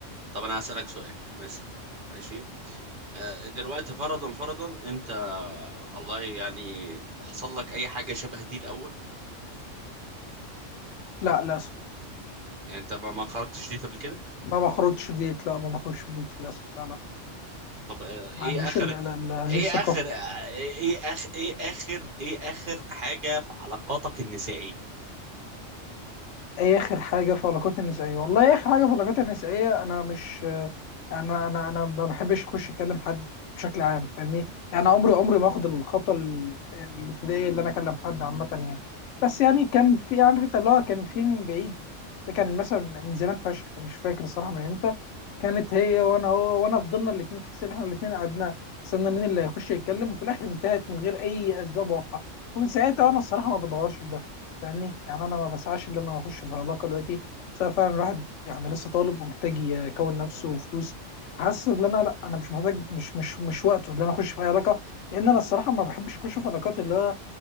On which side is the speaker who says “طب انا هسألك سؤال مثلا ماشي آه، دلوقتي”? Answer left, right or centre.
Right